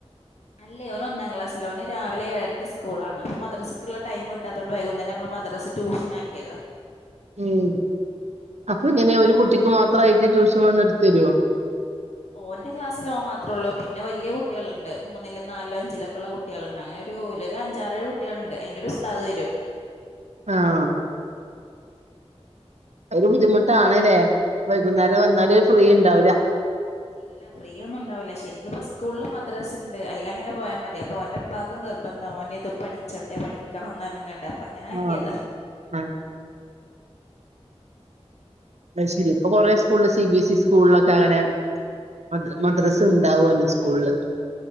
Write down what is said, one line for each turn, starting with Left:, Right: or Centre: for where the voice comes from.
Left: അല്ലേ ഓന് ഒന്നാം ക്ലാസ്സില് ഓന് രാവിലെ ഏഴരക്ക് സ്കൂളാണ്ണ് അപ്പം മദ്രസക്കുള്ള ടൈം കിട്ടാത്തൊണ്ട് വൈകുന്നേരം നമ്മൾ മദ്രസ ട്യൂഷനാക്കിയതാ
Right: ഉം അപ്പൊ ഇങ്ങനെ ഒരു കുട്ടിക്ക് മാത്രയിട്ട് ട്യൂഷൻ വന്ന് എടുത്ത് ത രോ
Left: ഓന്റെ ക്ലാസ്സ് ഓൻ മാത്രേ ഉള്ളു പിന്നെ വലിയ കുട്ടികളിണ്ട് മൂന്നിലും നാലിലോ അഞ്ചിലൊക്കെ ഉള്ള കുട്ടികള്ന്നങ്ങനെ രൂലരു അഞ്ചാറേഴ് കുട്ടികളുണ്ട് അയിനൊരു ഉസ്താത് വരും
Right: ആഹ് ഒരു ബുദ്ധിമുട്ടാണല്ലേ വൈകുന്നേരം വന്നാല് ഫ്രീ ഉണ്ടാവില്ല
Left: ഇല്ല ഫ്രീയൊന്നും ഒണ്ടാവില്ല ശരിക്കു ഇപ്പൊ സ്കൂളില് മദ്രസ്സ ഉണ്ട് അയിലങ്ങന പോയാ മതി അപ്പൊ അവന്റെ ഉപ്പാക്ക്ന്ന് നിർബന്ധം മോനെ ഇതും പഠിച്ചോട്ടെ പഠിക്കണംന്ന് ന്ന്ങ്ങാണ്ട് അപ്പ അങ്ങനെ ആക്കിയതാ
Right: ആഹ് ആഹ് അത് ശെരി ഇപ്പൊ കൊറേ സ്കൂളില് സി ബി എസ് ഇ സ്കൂളിലൊക്കെ അങ്ങനെ മദ്ര മദ്രസ ഉണ്ടാവല്ലോ സ്കൂളില്